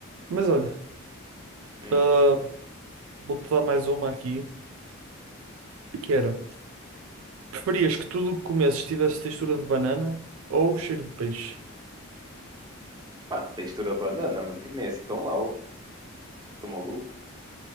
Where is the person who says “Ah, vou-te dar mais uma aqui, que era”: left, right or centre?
Right